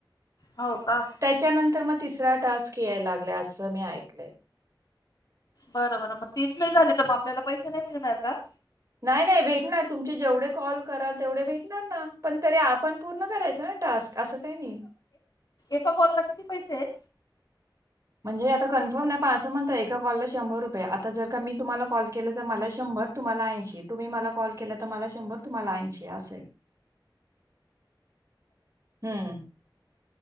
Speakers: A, on the left (about 55°); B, on the right (about 40°).
A: हो का?
B: त्याच्यानंतर म तिसरा टास्क यायला लागला असं मी ऐकलंय.
A: बरं बरं म तीस नाही झाले तर म आपल्याला पैसे नाही मिळणार का?
B: नाही नाही भेटणार तुमचे जेवढे कॉल कराल तेवढे भेटणार ना पण तरी आपण पूर्ण करायचं आ टास्क असं काही नाही.
A: एका कॉल ला किती पैसे आहेत?
B: म्हणजे आता कन्फर्म न्हाय पाचं म्हणत एका कॉलला शंभर रुपये आता जर का मी तुम्हाला कॉल केलं तर मला शंभर? तुम्हाला ऐंशी तुम्ही मला कॉल केला तर मला शंभर तुम्हाला ऐंशी असेल हम्म!